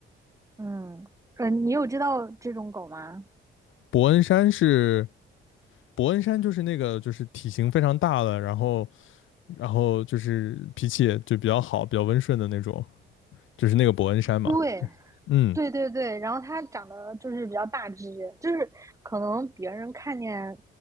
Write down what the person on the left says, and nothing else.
伯恩山是伯恩山，就是那个就是体型非常大的，然后然后就是脾气也就比较好，比较温顺的那种，就是那个伯恩山嘛，
就是嗯。